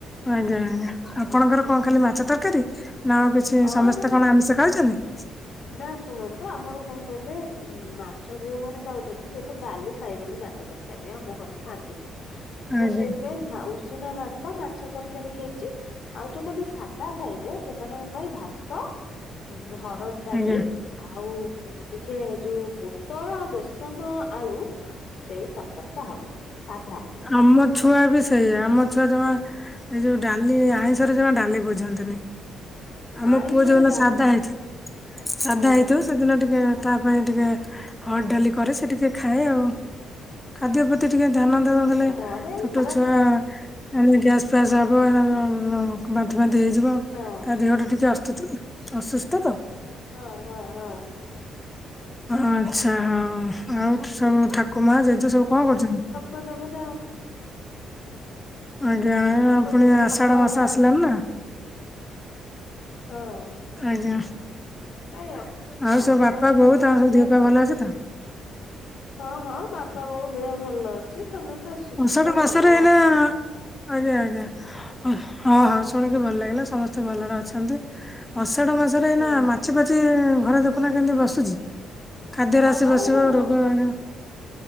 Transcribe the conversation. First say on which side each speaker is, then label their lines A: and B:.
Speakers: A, on the left; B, on the left.
A: ଆଜ୍ଞା ଆଜ୍ଞା ଆପଣଙ୍କର କଣ ଖାଲି
B: ହଁ ହଁ
A: ମାଛ ତରକାରୀ ନା ଆଉ କିଛି
B: ହଁ
A: ସମସ୍ତେ
B: ଆମର
A: କଣ ଆମିଷ ଖାଉଚନ୍ତି?
B: ନା ଶୁଣନ୍ତୁ ଆମର କଣ କହିଲେ ମାଛ ଯୋଉମାନେ ଖାଉଛନ୍ତି ସେ ତ ଡାଲି ଖାଇବେନି ମାଛ ତରକାର ରେ ଆମ ଘରେ ଖାଆନ୍ତିନି।
A: ଆଜ୍ଞା
B: ତ ସେଇଥିପାଇଁ ଭା ଉ ଉସୁନା ଭାତ ମାଛ ତରକାରୀ ହେଇଚି ଆଉ ଯୋଉମାନେ ସାଧା ଖାଇବେ ସେମାନଙ୍କ ପାଇଁ ଭାତ ହରଡ଼ ଡାଲି
A: ଆଜ୍ଞା
B: ଆଉ ଟିକେ ଯୋଉ ପୋଟଳ ଆଉ ବେସନ ଆଳୁ ସେଇ ତରକାରିଟା ହବ ସାଧାରେ।
A: ଆମ ଛୁଆ ବି ସେୟା ଆମ ଛୁଆ ଜମା ଏଇ ଯଉ ଡାଲି ଆଇଁଷରେ ଜମା ଡାଲି ବୁଝନ୍ତିନି। ଆମ
B: ଆଇଁଷରେ
A: ପୁଅ ଯୋଉନ
B: ଡାଲି
A: ସାଧା ହେଇଥିବ ସାଧା
B: ହଁ
A: ହେଇଥିବ ସେଦିନ ଟିକେ ତା ପାଇଁ ଟିକେ ହଅଡ ଡାଲି କରେ ସେ ଟିକେ ଖାଏ ଆଉ। ଖାଦ୍ୟ ପ୍ରତି ଟିକେ ଧ୍ୟାନ ଦବ। ଲେ
B: ନହେଲେ ଏଇ
A: ଛୋଟ
B: ସାଧା
A: ଛୁଆ ଗ୍ୟାସ ଫାସ ହବ <unintelligible> ବାନ୍ତି ଫନ୍ତି ହେଇଯିବ
B: ହଁ
A: ତା ଦେହଟା ଟିକେ ଅସ୍ତୁ ଅସୁସ୍ଥ ତ।
B: ହଁ ହଁ ହଁ।
A: ଆଚ୍ଛା ହଉ ଆଉ ସବୁ ଠାକୁ ମା ଜେଜେ ସବୁ କଣ କରୁଛନ୍ତି?
B: ମନେ ମନା
A: ଆଜ୍ଞା
B: ମୋର ତ
A: ପୁଣି
B: ଜେଜେ
A: ଆଷାଢ
B: ଠାକୁଆ
A: ମାସ
B: ନାହାନ୍ତି
A: ଆସିଲାଣିନା।
B: ହଁ।
A: ଆଜ୍ଞା ଆଉ
B: କାଇଁ ଅ ଆ
A: ସବୁ
B: ଅଷାଢ
A: ବାପା
B: ମାସ
A: ବୋଉ ତାଙ୍କ
B: ଆସିଲାଣି
A: ସବୁ ଦିଅ ପା
B: କଣ?
A: ଭଲ ଅଛି ତ?
B: ହଁ ହଁ ବାପା ବୋଉ ଦେହ ଭଲ ଅଛି। ସମସ୍ତେ ସୁସ୍ଥ
A: ଅଷାଢ ମାସରେ
B: ସବଳ
A: ଏଇନା
B: ଅଛନ୍ତି।
A: ଆଜ୍ଞା ଆଜ୍ଞା ହଁ ହଁ ଶୁଣିକି ଭଲ ଲାଗିଲା ସମସ୍ତେ ଭଲରେ ଅଛନ୍ତି। ଅଷାଢ ମାସରେ ଏଇନା
B: ହଁ
A: ମାଛି ପାଛି ଘର ଦେଖୁନା କେମିତି ବସୁଚି। ଖାଦ୍ୟ
B: ହଁ
A: ରେ ଆସିି
B: ବା
A: ବସିବ
B: ଏଇଟା ମ
A: ରୋଗ ବାଗ